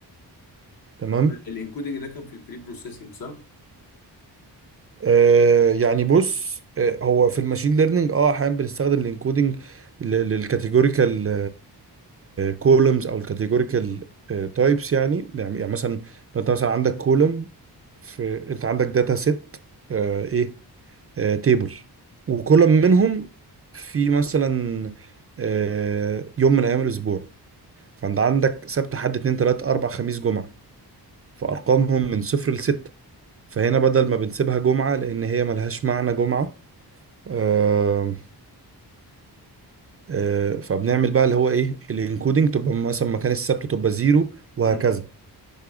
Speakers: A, on the right; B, on the left.
A: تمام
B: الانكودنج ده كان في البري بروسيسنج صح
A: آه يعني بص آه هو في الماشين ليرنينج اه احيانا بنستخدم الانكودنج للكاتيجوريكال كولومز او الكاتيجوريكال
B: مم.
A: تايبس يعني يعني يعني مثلا لو انت مثلا عندك كولوم في انت عندك داتا سيت ايه تيبل وكولوم
B: مم.
A: منهم في مثلا آه، يوم من ايام الاسبوع فانت عندك سبت حد اتنين تلات اربع خميس جمعة فارقامهم من صفر لستة فهنا بدل ما بنسيبها جمعة لان هي ملهاش معنى جمعة آه آه فبنعمل بقى اللي هو ايه الانكودنج تبقى مثلا مكان السبت تبقى زيرو وهكذا
B: مم.